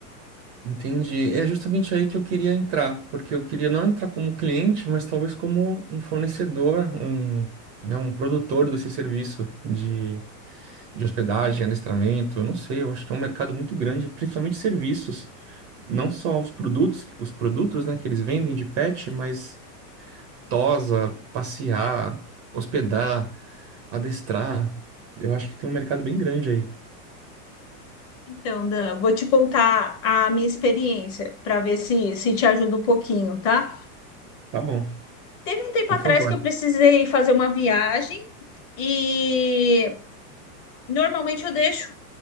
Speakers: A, on the right; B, on the left.
A: Entendi. É justamente aí que eu queria entrar, porque eu queria não entrar como cliente, mas talvez como um fornecedor, um, né, um produtor desse serviço de de hospedagem, adestramento, eu não sei, eu acho que é um mercado muito grande, principalmente serviços, não só os produtos, os produtos, né, que eles vendem de pet, mas tosa, passear, hospedar, adestrar. Eu acho que tem um mercado bem grande aí.
B: Então, Dan, vou te contar a minha experiência para ver se, se te ajuda um pouquinho, tá?
A: Tá bom,
B: Teve um tempo
A: por
B: atrás
A: favor.
B: que eu precisei fazer uma viagem e normalmente eu deixo,